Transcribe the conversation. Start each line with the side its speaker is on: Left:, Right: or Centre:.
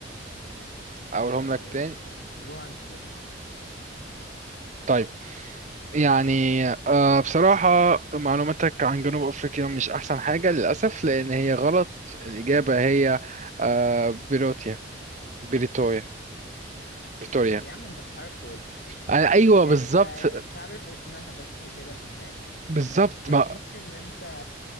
Right: اقولهم
Left: آه،
Right: لك تاني
Left: جوهانسبورج
Right: طيب يعني آه، بصراحة معلوماتك عن جنوب أفريقيا مش أحسن حاجة للأسف لأن هي غلط الإجابة هي آه، بيروتيا بريتوريا بريتوريا
Left: ب- يا عم انت مش عارف تقولها
Right: أنا أيوه
Left: يعني
Right: بالظبط
Left: انت انت عارف اسمها بس كده من بعيد
Right: بالظبط
Left: ما تحسنيش
Right: ما
Left: ان انت